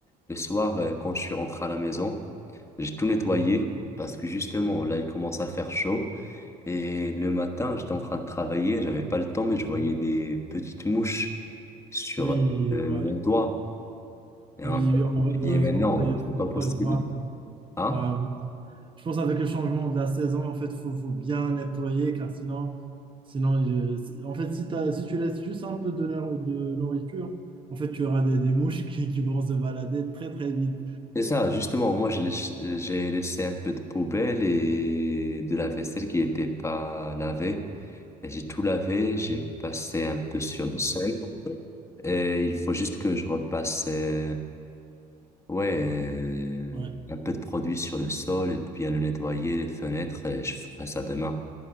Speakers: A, on the left; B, on the right.
A: le soir, euh, quand je suis rentré à la maison, j'ai tout nettoyé parce que justement, là, il commence à faire chaud. Et le matin, j'étais en train de travailler, j'avais pas le temps, mais je voyais des petites mouches sur,
B: Oui,
A: euh,
B: ouais.
A: mon doigt. Et
B: Oui,
A: en fait,
B: on,
A: je me suis
B: euh,
A: dit, mais non,
B: on fait-
A: c'est
B: faut
A: pas possible.
B: prévoir. quand-
A: Hein?
B: voilà. Je pense avec le changement de la saison, en fait, faut, faut bien nettoyer, car sinon, sinon, je- si- en fait, si t'as- si tu laisses juste un peu de, nour- de nourriture, en fait, tu auras des, des mouches qui, qui vont se balader très, très vite.
A: C'est ça, justement, moi j'ai laiss- j'ai laissé un peu de poubelle et de la vaisselle qui n'était pas lavée. Et j'ai tout lavé, j'ai passé un peu sur le sol. Et il faut juste que je repasse, euh, ouais, euh,
B: Ouais.
A: un peu de produit sur le sol et de bien le nettoyer, les fenêtres, et je ferai ça demain.